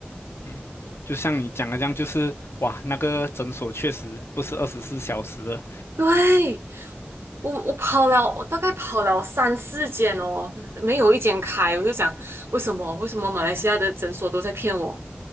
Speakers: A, on the left; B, on the right.
A: 嗯，就像你讲的这样，就是哇，那个诊所确实不是二十四小时的，
B: 对，我我跑了，我大概跑了三四间哦，没有一间开，我就想为什么？为什么马来西亚的诊所都在骗我？